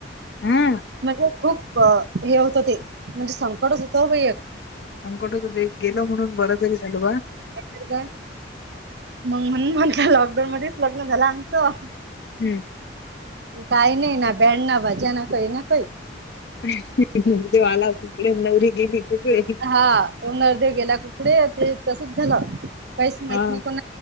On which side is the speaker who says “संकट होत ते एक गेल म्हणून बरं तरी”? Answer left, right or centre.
Left